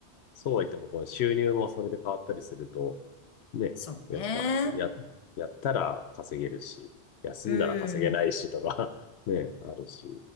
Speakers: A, on the left (about 70°); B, on the left (about 35°).
A: そうは言っても、この収入もそれで変わったりすると、ね。
B: そうね。
A: やっぱ、や、やったら稼げるし、休んだら稼げないしとか
B: うん。
A: <laughs> ね、あるし。